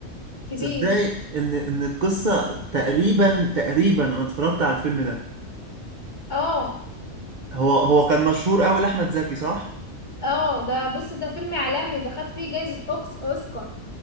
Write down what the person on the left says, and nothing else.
كبير
اه
اه ده بص ده فيلم إعلامي ده خد فيه جايزة أوكس أوسكار